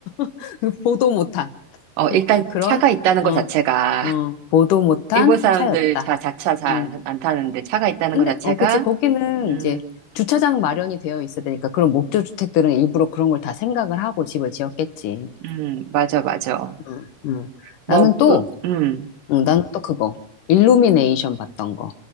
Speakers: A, on the left; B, on the right.
A: <laughs> 보도 못한
B: 어, 일단
A: 그런,
B: 차가 있다는
A: 어,
B: 것 자체가
A: 어,
B: <laughs>
A: 보도 못한
B: 일본 사람들
A: 차였다.
B: 자, 자차 잘
A: 응.
B: 안 안 타는데 차가 있다는
A: 근데,
B: 것 자체가
A: 어, 그치. 거기는
B: 음,
A: 이제 주차장 마련이 되어 있어야 되니까 그런 목조 주택들은 일부러 그런 걸 다 생각을 하고 집을 지었겠지.
B: 음, 맞아, 맞아.
A: 응, 응.
B: 뭐,
A: 나는 또,
B: 으, 음.
A: 응, 나는 또 그거. 일루미네이션 봤던 거.